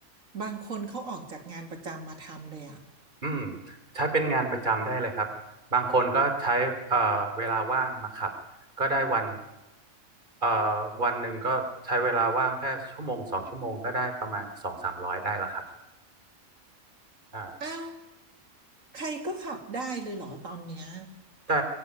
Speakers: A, on the right (about 70°); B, on the right (about 35°).
A: บางคนเขาออกจากงานประจำมาทำเลยอ่ะ
B: อืมใช้เป็นงานประจำได้เลยครับบางคนก็ใช้เอ่อเวลาว่างมาขับก็ได้วันเอ่อวันหนึ่งก็ใช้เวลาว่างแค่ชั่วโมงสองชั่วโมงก็ได้ประมาณสองสามร้อยได้แล้วครับอ่า
A: อ้าวใครก็ขับได้เลยเหรอตอนเนี้ย
B: แต่